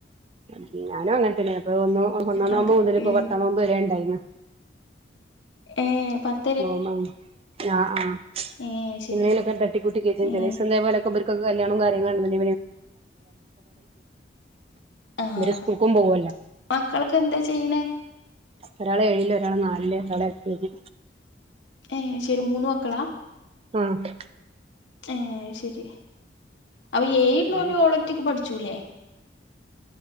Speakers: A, on the right (about 30°); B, on the left (about 80°).
A: ഉം ഞാനും അങ്ങനത്തന്ന അപ്പൊ ഒന്നോ ഒന്നാം നൊമ്പ്
B: അത്
A: മുതല ഇപ്പ
B: ഏ
A: പത്താംനോമ്പ് വരെണ്ടായിരുന്നു.
B: ഏ പത്
A: നോമ്പാ ആഹ് ആഹ്
B: ഏ ശരി
A: എണ്ടേലൊക്കെ തട്ടിക്കൂട്ടി കേറ്റ
B: ഏ
A: ചെലേസംതെ പോലെക്കെ ബെർ കല്യാണോ കാര്ങ്ങളും
B: ആഹ്
A: <unintelligible> സ്കൂൾക്കും പോവല്ല
B: മക്കളൊക്കെ എന്താ ചെയ്യണേ
A: ഒരാള് ഏഴില് ഒരാള് നാലില് ഒരാള എൽ കെ ജി
B: ഏയ് ശരി മൂന്ന് മക്കളാ
A: ആഹ്
B: ഏ ശരി അവ ഏഴള്ളോള്
A: അങ്ങനെയൊക്കെ
B: ഓലൊറ്റക്ക് പഠിച്ചുല്ലേ